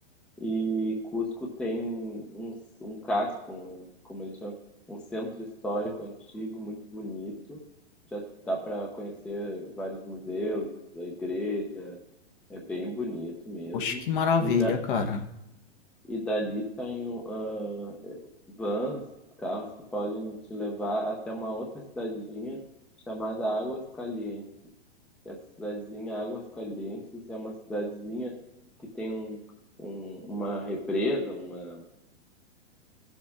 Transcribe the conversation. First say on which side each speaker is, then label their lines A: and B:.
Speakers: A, in the centre; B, on the left (about 50°).
A: e Cusco tem um, um casco, um, como eles chamam, um centro histórico antigo muito bonito. Já dá para conhecer vários museus, a igreja, é bem bonito mesmo.
B: Poxa, que maravilha,
A: E, da,
B: cara.
A: e dali saem ah, vans, carros que podem te levar até uma outra cidadinha chamada Águas Calientes. Essa cidadezinha Águas Calientes é uma cidadezinha que tem um, um- uma represa, uma,